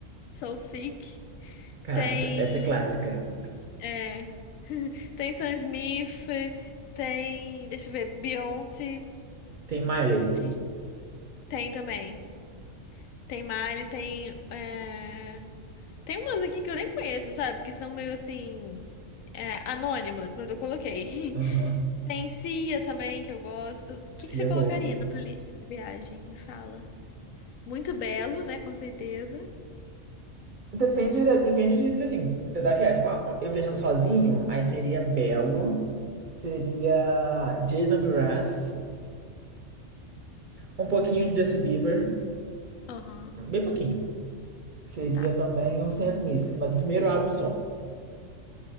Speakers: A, on the left; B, on the right.
A: Soul Sick.
B: caraca,
A: Tem
B: essa, essa é clássica.
A: é. <laughs> Tem Sam Smith, tem. Deixa eu ver, Beyoncé.
B: Tem Miley.
A: Gente, tem também. Tem Miley, tem. é, Tem umas aqui que eu nem conheço, sabe? Que são meio assim. é, anônimas, mas eu coloquei.
B: Aham,
A: <laughs> Tem Cia também, que eu gosto. O
B: Sim,
A: que que você
B: é
A: colocaria
B: boa.
A: na playlist de viagem? Me fala. Muito belo, né? Com certeza.
B: Depende, da- depende disso, assim, da, da viagem. Uma- Eu viajando sozinho, aí seria Belo, seria Jason Mraz, um pouquinho de Justin Bieber,
A: Aham,
B: bem pouquinho. Seria
A: tá.
B: também um Sam Smith, mas o primeiro álbum só.